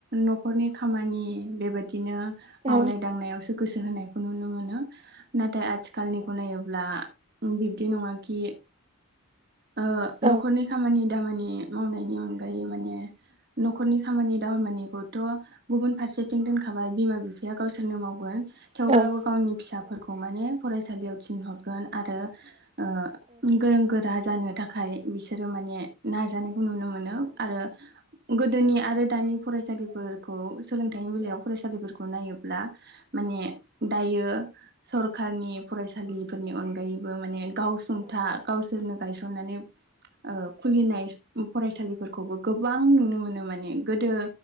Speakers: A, on the right; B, on the right.
A: नखरनि खामानि बेबायादिनो
B: औ
A: मावनाय दांनायावसो गोसो होनायखौ नुनो मोनो नाथाय आथिखालनि खो नायोब्ला बिब्दि नङा कि ओ
B: औ
A: नखरनि खामानि दामानि मावनायनि अनगायै माने नखरनि खामानि दामा मा निखौथ गुबुन फारसेथिं दोनखाबाय बिमा बिफाया गावसोरनो मावगोन
B: औ
A: थेवब्लाबो
B: औ
A: गावनि फिसाफोरखौ माने फरायसालियाव थिनहरगोन आरो ओ‌ ऐ गोरों गोर रा जानो थाखाय बिसोरो माने नाजानायखौ नुनो मोनो आरो गोदोनि आरो दानि फरायसालिफोरखौ सोलोंथाइनि बेलायाव फरायसालिफोरखौ नायोब्ला माने दायो सरखारनि फरायसालिफोरनि अनगायैबो माने गावसुंथा था गावसोरनो गायसननानै ओ खुलिनाय फरायसालिफोरखौबो गोबां नुनो मोनो माने गोदो